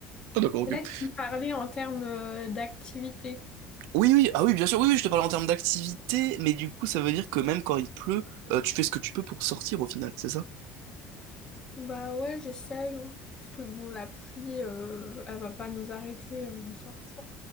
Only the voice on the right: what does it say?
Ah d'accord,
ok.
Oui, oui, ah oui, bien sûr, oui, oui, je te parle en termes d'activité, mais du coup, ça veut dire que même quand il pleut, euh, tu fais ce que tu peux pour sortir au final, c'est ça?